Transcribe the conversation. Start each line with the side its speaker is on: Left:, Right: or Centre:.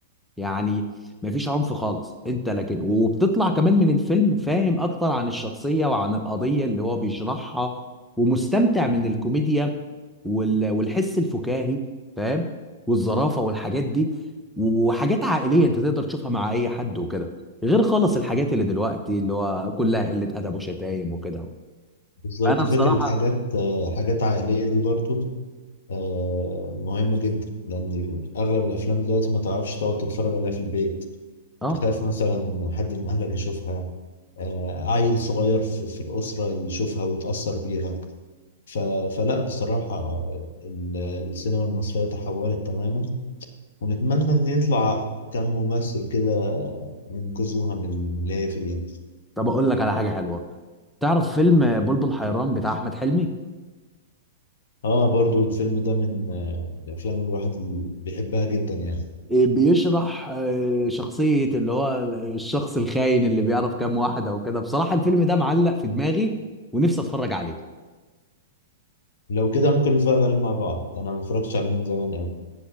Centre: يعني مفيش عنف خالص انت لكن وبتطلع كمان من الفيلم فاهم اكتر عن الشخصية وعن القضية اللي هو بيشرحها ومستمتع من الكوميديا وال... والحس الفكاهي فاهم والظرافة والحاجات دي وحاجات عائلية انت تقدر تشوفها مع اي حد وكده غير خالص الحاجات اللي دلوقتي اللي هو كلها قلة ادب وشتايم وكده
Left: بالظبط
Centre: انا
Left: فكرة
Centre: بصراحة
Left: حاجات حاجات عائلية دي برضو آه، مهمة جدا لأن أغلب الأفلام دلوقتي ما تعرفش تقعد تتفرج عليها في البيت
Centre: اه
Left: تخاف مثلا حد من أهلك يشوفها آه، عيل صغير في, في الأسرة يشوفها ويتأثر بيها ف... فلا بصراحة آه، ال- السينما المصرية تحولت تماما ونتمنى إن يطلع كم ممثل كده ينقذوها من اللي هي فيها
Centre: طب اقول لك على حاجة حلوة تعرف فيلم بلبل حيران بتاع احمد حلمي
Left: اه برضو الفيلم ده من آه، الأفلام اللي الواحد بيحبها جدا يعني
Centre: آه، بيشرح آه، شخصية اللي هو الشخص الخاين اللي بيعرف كام واحدة وكده بصراحة الفيلم ده معلق في دماغي ونفسي اتفرج عليه
Left: لو كده ممكن نتفرج عليه مع بعض أنا ما اتفرجتش عليه من زمان أوي